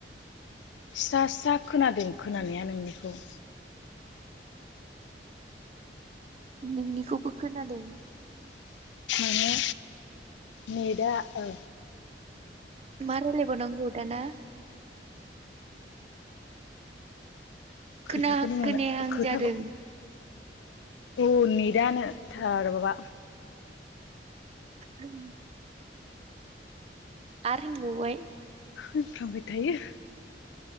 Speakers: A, on the left; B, on the right.
A: स्रा स्रा खोनादों खोनानाया नोंनिखौ।
B: नोंनिखौबो खोनादों।
A: माने नेदा ओ
B: मा रायलायबावनांगौ दाना।
A: खोथाखौनो
B: खोनाहां
A: मोना
B: खोनायाहां
A: खोथाखौ
B: जादों।
A: औ नदानो थार बाबा
B: ओं आरो होनबावबाय
A: होनफ्र्लामबाय थायो।